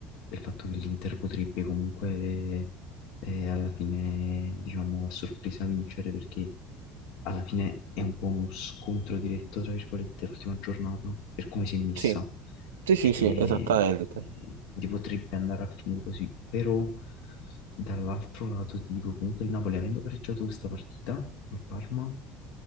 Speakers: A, on the left; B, on the right.
A: del fatto che l'Inter potrebbe comunque e alla fine, diciamo, a sorpresa vincere perché alla fine è un po' uno scontro diretto, tra virgolette, l'ultima giornata per come si è messa.
B: sì, sì, sì,
A: E
B: sì, esattamente.
A: quindi potrebbe andare a finire così, però dall'altro lato ti dico comunque il Napoli avendo pareggiato questa partita col Parma,